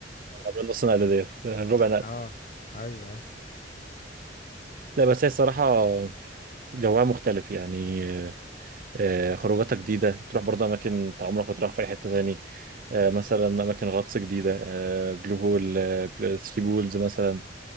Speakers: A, on the right; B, on the left.
A: عملنا نص نقلة ديت آه، ربع نقل
B: اه ايوه ايوه
A: لا بس هي الصراحة جوها مختلف يعني آه، آه، خروجاتها جديدة تروح برضه أماكن أنت عمرك ما تروح في أي حتة تاني آه، مثلا أماكن غطس جديدة آه، بلو هول آه، بل- ثري بولز مثلا